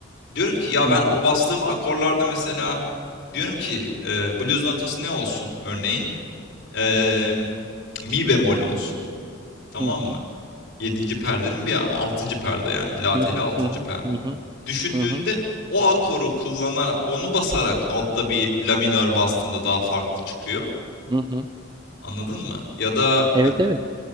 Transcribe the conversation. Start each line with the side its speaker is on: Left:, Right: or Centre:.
Left: Diyorum ki ya
Right: Hı
Left: ben
Right: hı.
Left: o bastığım akorlarda mesela diyorum ki e, blues notası ne olsun örneğin? E, mi bemol olsun. Tamam
Right: Hı hı.
Left: mı? Yedinci perdenin bir altıncı perde yani la
Right: Hı
Left: teli
Right: hı.
Left: altıncı
Right: Hı hı.
Left: perde.
Right: Hı hı.
Left: Düşündüğünde
Right: Hı hı.
Left: o akoru kullanarak onu basarak altta bir la minör bastığında daha farklı çıkıyor.
Right: Hı hı.
Left: Anladın mı? Ya da
Right: Evet, evet.